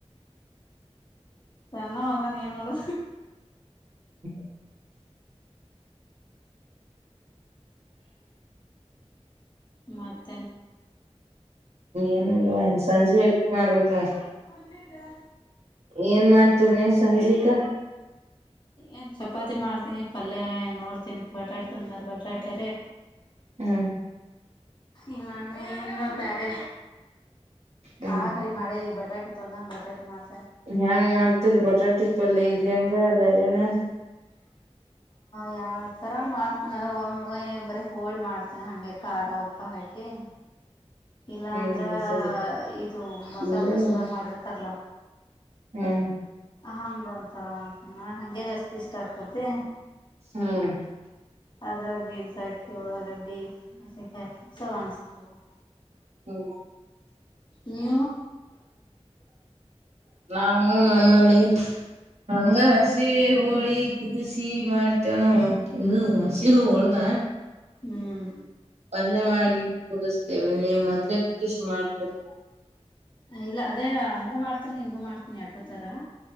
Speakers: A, on the left; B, on the right.
A: ಸನ್ನವದಾನ ಏನ್ ನೋಡುದು
B: ಹ್ಮ
A: ಮತ್ತ
B: ಏನಲ್ವಾ ಹೆನ್ಸಜೆ ಅಡ್ಗೆಿ ಮಾಡ್ಬೇಕಕ್ ಮ
A: ಒಣ ಇಟ್ಟದ
B: ಏನ್ ಮಾಡ್ತಿವ ನೀವ್ ಸಂಜಿಕಾ
A: ಏನು ಚಪಾತಿ ಮಾಡ್ತೀನಿ ಪಲ್ಯ ನೋಡ್ತೀನಿ ಬಟಾಟೆ ತಂದರೆ ಬಟಾಟೆ ರ
B: ಹ್ಮ್
A: ಇಲ್ಲ ಅಂದ್ರೆ ಏನ್ ಬೇರೆ
B: ಹ್ಮ್
A: ಕಾಳ ಕಡಿ ಮಾಡೇ ಬಟಾಟ ತ ನಂದು ಬಟಾಟಿ ಮಾಡ್ತವಿ
B: ಹೆ್ಯಾಂಗ್ ಮಾಡ್ತಿರ್ ಬಟಾ ಟಿಪ್ಪಲ್ಲ ಇಲ್ಲಿ ಹಂಗ ಬೇರೆೇನ <inaudible>
A: ಯಾವ ಥರ ಮಾಡ್ತೀನಿ ಅಂದ್ರೆ ಒಂದು ಬರೀ ಹೋಳಿ ಮಾಡ್ತೀನಿ ಹಾಗೆ ಖಾರ ಉಪ್ಪ ಹಾಕಿ ಹ ಇಲ್ಲ
B: ಹ್ಮ್
A: ಅಂದ್ರೆ
B: ಮೆಸೇಜ್
A: ಇದು ಮಸಾಲೆ
B: ಹ್ಮ್
A: ದೋಸೆದಾಗ ಮಾಡಿರ್ತಾರಲ್ಲ
B: ಹ್ಮ್
A: ಹಂಗ ಒಥರ ಮಾಡ್ತನೆ ನನಗೆ ಹಗೆ ಜಾಸ್ತಿ ಇಷ್ಟ ಆಗ್ತತಿ
B: ಹ್ಮ್
A: ಅದ್ರಾಗ ಬೀಲ್ಸ್ ಹಾಕಿ ಒಳಗಡ್ಡಿ ಗಕ ಚಲ ಮಷ್ಟತ
B: ಹ್ಮ್
A: ನೀ
B: ನಾವು ನಮ್ಮಲ್ಲಿ ಹಂಗ ಹಸಿ ಹೋಳಿ ಕುದಸಿ ಮಾಡ್ತೇವ ನ ಇ ಹಸಿ ಹೊೋಡ್ದ
A: ಹ್ಮ್
B: ಪಲ್ಲೆ ಮಾಡಿ ಕುದಿಸ್ತೇವಿ ನೀವು್ ಮೊದ್ಲೆೇ ಕುದಷಿ ಮಾಡ್ತ್ರ
A: ಇಲ್ಲ ಅದೇ ಹಂಗೂ ಮಾಡ್ತನಿ ಹಿಂಗೂ ಮಾಡ್ತನಿ ಅಡ್ಡು ತರ